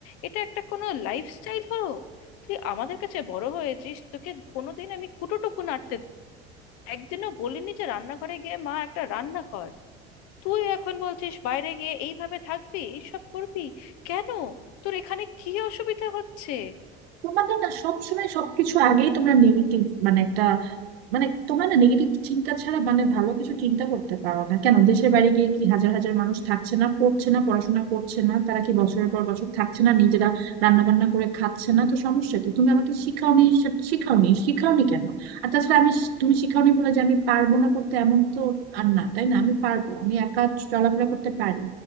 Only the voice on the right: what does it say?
তোমাদের না সবসময় সবকিছু আগেই তোমরা নেগেটিভ মানে একটা মানে তোমরা না নেগেটিভ চিন্তা ছাড়া মানে ভালো কিছু চিন্তা করতে পারো না কেন দেশের বাইরে গিয়ে কি হাজার হাজার মানুষ থাকছে না পড়ছে না পড়াশোনা করছে না তারা কি বছরের পর বছর থাকছে না নিজেরা রান্না বান্না করে খাচ্ছে না তো সমস্যা কি তুমি আমাকে শিখাওনি সে- শিখাওনি শিখাওনি কেন আর তাছাড়া আমি শ- তুমি শিখাওনি বলে যে আমি পারবো না করতে এমন তো আর না তাই না আমি পারবো আমি একা চলাফেরা করতে পারি